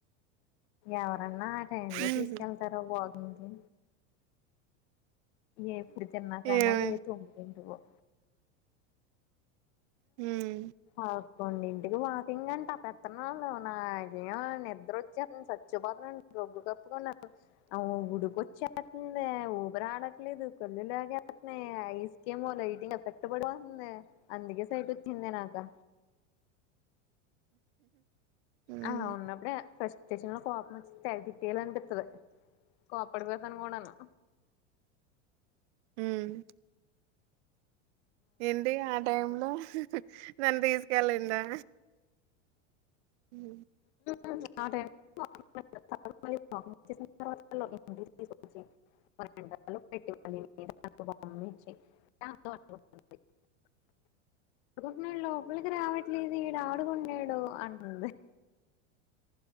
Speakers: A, on the left; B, on the right.
A: ఎవరన్నా టైమ్
B: హుహు.
A: లో తీసుకెళ్తారు వా ఉహ్మ ఏప్పుడితేన్నా కానా
B: ఏమే
A: ఏ తోంగంటవ
B: హ్మ్.
A: అవ్ రోండింటికి వాకింగ్ అంట పెత్తనా వాళ్ళు నాకేమో నిద్ర వచ్చేస్తుంది చచ్చిపోతునండి రొగ్గు కప్పుకున్నా మ్మ్ ఉడికొచ్చేతుంది ఊబరి ఆడట్లేదు కొళ్ళు లేకేతున్నాయి ఐస్క ఏమో హైటింగ్ ఎఫెక్ట్ పడిపోంది అందుకే సైట్ వచ్చింది నాకు
B: హ్మ్.
A: ఆ ఉన్నా అప్పుడే ఫస్ట్ అశంలో కోపంచ్చ తగ తిట్టేయాలి అనిపిస్తుంది కోపడి పోతను కూడాను
B: హ్మ్ ఏంటి ఆ టైం లో నన్ను తీసుకెళ్లిందా హ్మ్
A: <inaudible> <inaudible> ఇకొ లోపలికి రావట్లేదు వాడు ఆడు కుంటునడు అంటుంది